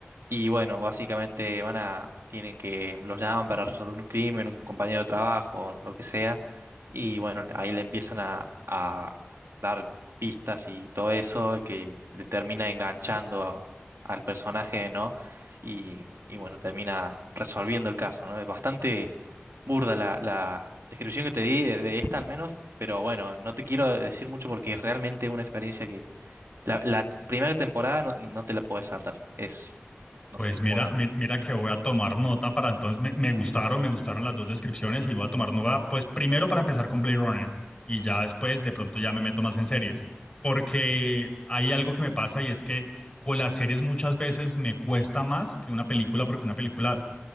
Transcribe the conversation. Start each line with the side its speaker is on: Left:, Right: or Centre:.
Right: Y bueno, básicamente van a, tienen que, los llaman para resolver un crimen, un compañero de trabajo, lo que sea. Y bueno, ahí le empiezan a, a dar pistas y todo eso, que le termina enganchando a- al personaje, ¿no? Y, y bueno, termina resolviendo el caso, ¿no? Es bastante burda la, la descripción que te di de, de esta al menos, pero bueno, no te quiero decir mucho porque es realmente una experiencia la, la primera temporada no, no te la puedes saltar. Es, no
Left: Pues
Right: sé,
Left: mira,
Right: muy buena.
Left: mi- mira que voy a tomar nota para entonces, me, me gustaron, me gustaron las dos descripciones y voy a tomar nota, pues primero para empezar con Blade Runner y ya después de pronto ya me meto más en series, porque hay algo que me pasa y es que con las series muchas veces me cuesta más que una película porque una película